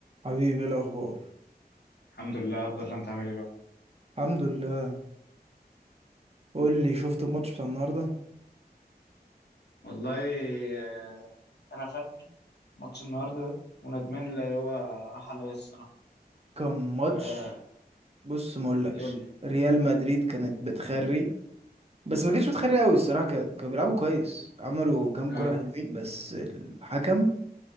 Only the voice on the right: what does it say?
حبيبي إيه الاخبار
الحمد لله قول لي شفت الماتش بتاع النهارده
كان ماتش
بص ما اقولكش
ريال مدريد كانت بتخري بس ما كانتش بتخري قوي الصراحه كا- كانوا بيلعبوا كويس عملوا كام
كره حلوين بس الحكم